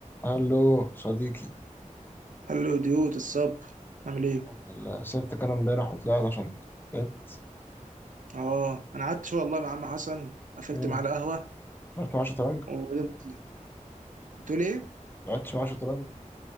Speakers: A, on the left; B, on the right.
A: الو صديقي
B: هلو ديوت الصب عامل ايه؟
A: الحمد لله سبتك انا امبارح وطلعت عشان تعبت
B: اه انا قعدت شويه والله مع عم حسن قفلت
A: امم
B: معاه القهوه
A: رحت مع شطرنج
B: وقلت بتقول ايه؟
A: لعبت مع شطرنج